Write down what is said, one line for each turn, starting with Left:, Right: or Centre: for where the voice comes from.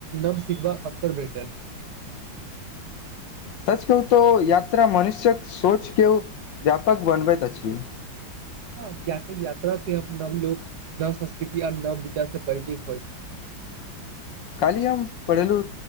Right: नव सिखबाक अवसर भेटल <inaudible>
Left: सच कहु तऽ यात्रा मनुष्यक सोच के व्यापक बनबैत अछि
Right: हँ क्या कि यात्रा से न लोक नव संस्कृति आ नव विचार से परचित होइ छै
Left: काली हमम पढ़ेलू